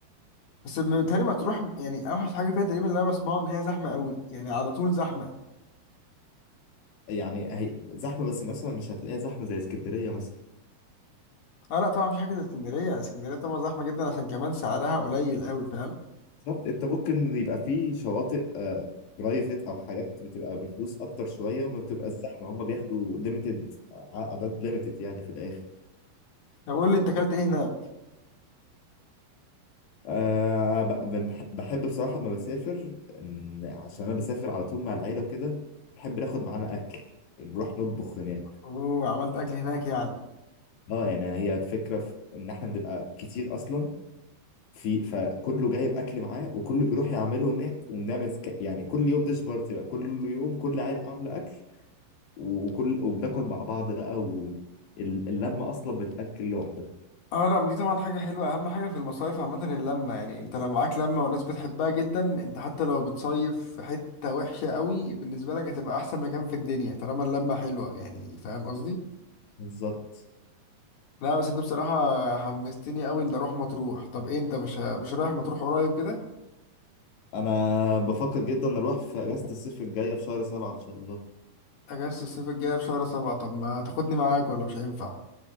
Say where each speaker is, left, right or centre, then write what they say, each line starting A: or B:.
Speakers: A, on the left; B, on the left.
A: بس بيتهيألي ما تروح يعني اوحش حاجه فيها تقريبا اللي انا بسمعه ان هي زحمه قوي يعني على طول زحمه
B: يعني هي زحمه بس مثلا مش هتلاقيها زحمه زي اسكندريه مثلا
A: اه لا طبعا مفيش حاجه زي اسكندريه اسكندريه طبعا زحمه جدا عشان كمان سعرها قليل قوي فاهم
B: بالظبط انت ممكن يبقى في شواطئ آه، برايفت او حاجات بتبقى بفلوس اكتر شويه وما بتبقى الزحمه هم بياخدوا ليميتد اعداد ليميتد يعني في الاخر
A: طب قول لي انت اكلت ايه هناك
B: أه ب- بنح- بحب بصراحه لما بسافر إن- عشان انا بسافر على طول مع العيله وكده بحب ناخد معانا اكل نروح نطبخ هناك
A: اوه عملت اكل هناك يعني
B: اه يعني هي الفكره في ان احنا بنبقى كتير اصلا في فكله جايب اكل معاه وكله بيروح يعمله هناك ونعمل ك- يعني كل يوم ديش بارتي بقى كل يوم كل عيله عامله اكل وكل وبناكل مع بعض بقى واللمة أصلا بتأكل لوحدها
A: اه لا دي طبعا حاجة حلوة أهم حاجة في المصايف عامة اللمة يعني أنت لو معاك لمة وناس بتحبها جدا أنت حتى لو بتصيف في حتة وحشة قوي بالنسبة لك هتبقى أحسن مكان في الدنيا طالما اللمة حلوة يعني فاهم قصدي؟
B: بالظبط
A: لا بس أنت بصراحة حمستني قوي إن أروح مطروح طب إيه أنت مش مش رايح مطروح قريب كده؟
B: أنا بفكر جدا أروح في أجازة الصيف الجاية في شهر سبعة إن شاء الله
A: أجازة الصيف الجاية في شهر سبعة طب ما تاخدني معاك ولا مش هينفع؟